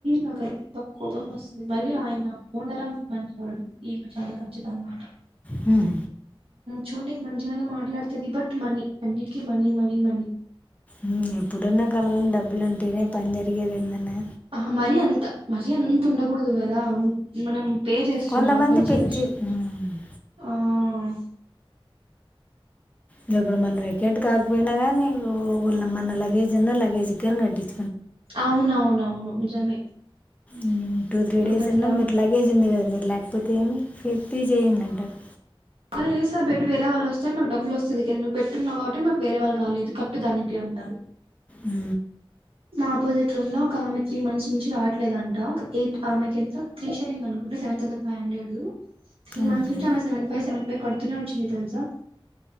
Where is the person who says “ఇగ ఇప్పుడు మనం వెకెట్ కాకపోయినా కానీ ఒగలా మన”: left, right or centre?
Left